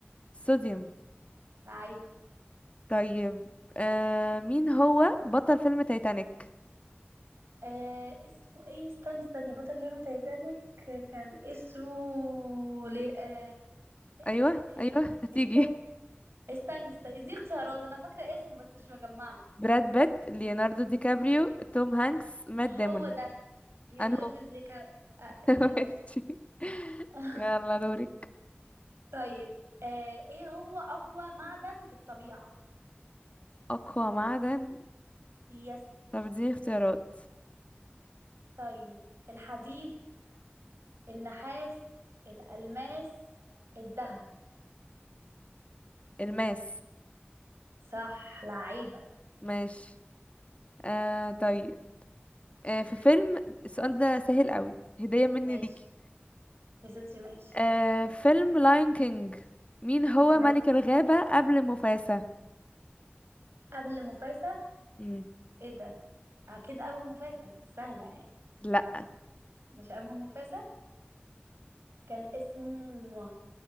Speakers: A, on the left; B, on the right.
A: صوديوم
B: لعيب
A: طيب آه مين هو بطل فيلم تايتانيك
B: آه اسمه ايه استني استني بطل فيلم تايتانيك كان اسمه لي... آه ايه
A: ايوه
B: آه
A: ايوه هتيجي
B: استني استني استني دي اختيارات انا فاكره اسمه بس مش مجمعه
A: براد بيت ليوناردو دي كابريو توم هانكس مات ديمون
B: هو ده ليوناردو
A: انهو
B: زيكا آه
A: <laughs>
B: ليوناردو
A: ماشي.
B: <laughs>
A: يلا دورك
B: طيب آه ايه هو اقوى معدن في الطبيعه
A: اقوى معدن
B: يس
A: طب اديني اختيارات
B: طيب الحديد النحاس الألماس الذهب
A: الماس
B: صح لعيبة
A: ماشي آه طيب آه في فيلم السؤال ده سهل قوي هدية مني
B: ماشي
A: ليكي
B: يا ستي ماشي
A: آه فيلم لاين كينج مين هو
B: ماشي
A: ملك الغابة قبل مفاسا
B: قبل مفاسة
A: مم.
B: ايه ده اكيد ابو مفاسة سهلة يعني
A: لا
B: مش ابو مفاسة كان اسمه